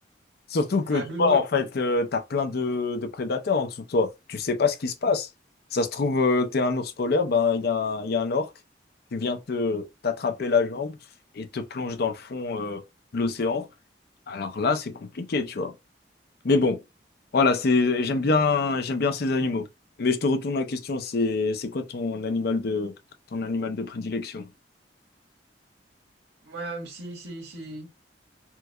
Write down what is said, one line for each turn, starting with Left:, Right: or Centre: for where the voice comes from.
Left: surtout que
Right: pas
Left: tu
Right: donné.
Left: vois en fait, euh, t'as plein de, de prédateurs en dessous de toi. Tu sais pas ce qui se passe. Ça se trouve, euh, t'es un ours polaire, ben il y a un, il y a un orque qui vient te t'attraper la jambe et te plonge dans le fond euh, de l'océan. Alors là, c'est compliqué, tu vois. Mais bon, voilà, c'est,
Right: Ouais.
Left: j'aime bien, j'aime bien ces animaux. Mais je te retourne la question, c'est, c'est quoi ton animal de, ton animal de prédilection?
Right: Moi, si, si, si.